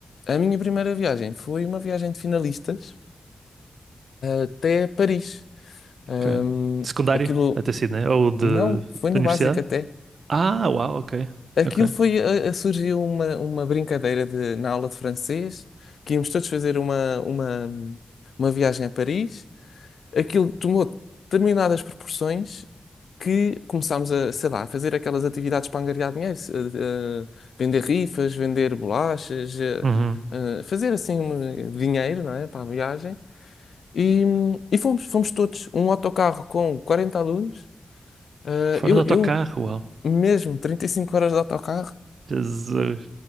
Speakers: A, on the left (about 80°); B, on the right (about 80°).
A: a minha primeira viagem foi uma viagem de finalistas até Paris. Hum,
B: Ok. Secundário,
A: aquilo
B: até sido, né? Ou de,
A: não,
B: da
A: foi no
B: universidade?
A: básico até.
B: Ah, uau, ok.
A: Aquilo
B: Ok.
A: foi, a- a- surgiu uma, uma brincadeira de, na aula de francês, que íamos todos fazer uma, uma, uma viagem a Paris. Aquilo tomou determinadas proporções que começámos a, sei lá, a fazer aquelas atividades para angariar dinheiro, se- eh, eh, vender rifas, vender bolachas, eh,
B: Uhum.
A: eh, fazer assim um dinheiro, não é, para a viagem. E, e fomos, fomos todos, um autocarro com 40 alunos. Eh,
B: Foram
A: eu,
B: de autocarro,
A: eu
B: uau.
A: mesmo, 35 horas de autocarro.
B: Jesus.